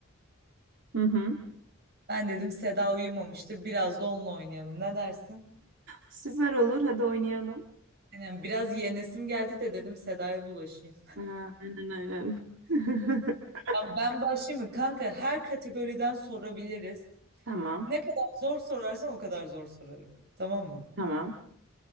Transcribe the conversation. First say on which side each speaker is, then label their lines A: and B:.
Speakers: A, on the right (about 65°); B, on the right (about 50°).
A: Hı hı.
B: Ben dedim Seda uyumamıştır. Biraz da onunla oynayalım. Ne dersin?
A: Süper olur hadi oynayalım.
B: Yani biraz yenesim geldi de dedim Seda'ya bulaşayım.
A: Ha, aynen aynen. <laughs>
B: Ben, ben başlayayım mı? Kanka her kategoriden sorabiliriz.
A: Tamam
B: Ne kadar zor sorarsan o kadar zor sorarım. Tamam mı?
A: tamam.